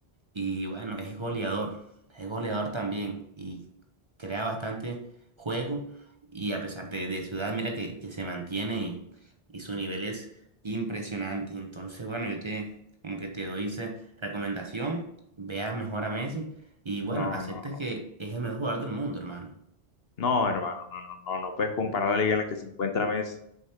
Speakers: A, on the right; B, on the left.
A: y bueno, es goleador, es goleador también y crea bastante juego y a pesar de, de su edad, mira que, que se mantiene y, y su nivel es impresionante. Entonces, bueno, yo te como que te doy esa recomendación, veas mejor a Messi y bueno,
B: No,
A: aceptes
B: no.
A: que es el mejor jugador del mundo, hermano.
B: No, hermano, no, no, no, no puedes comparar la liga en la que se encuentra Messi